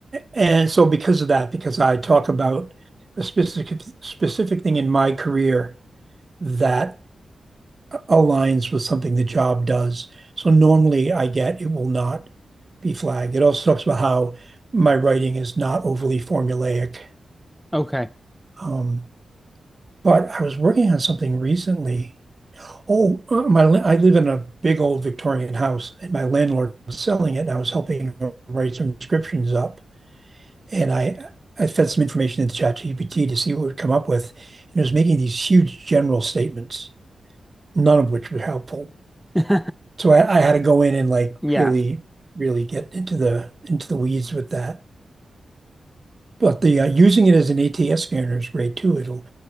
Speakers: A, on the right; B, in the centre.
A: and so because of that, because I talk about a specific specific thing in my career that aligns with something the job does. So normally I get it will not be flagged. It also talks about how my writing is not overly formulaic.
B: Okay.
A: Um, but I was working on something recently. Oh, uh, my la- I live in a big old Victorian house, and my landlord was selling it, and I was helping him write some descriptions up. and I I fed some information into ChatGPT to see what it would come up with, and it was making these huge general statements, none of which were helpful.
B: <laughs>
A: So I, I had to go in and like
B: yeah.
A: really, really get into the into the weeds with that. But the uh, using it as an ATS scanner is great too. It'll